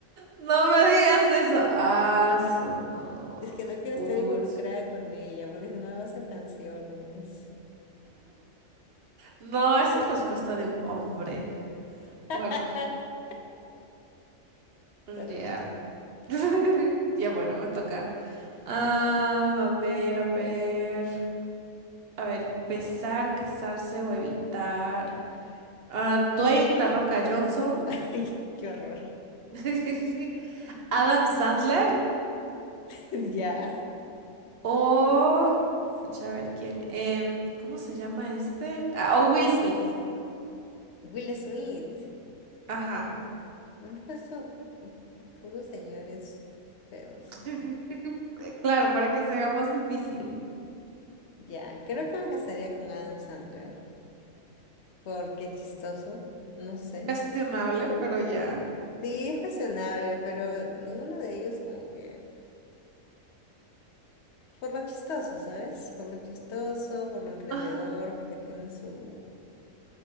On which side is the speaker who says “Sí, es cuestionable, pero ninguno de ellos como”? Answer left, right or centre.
Left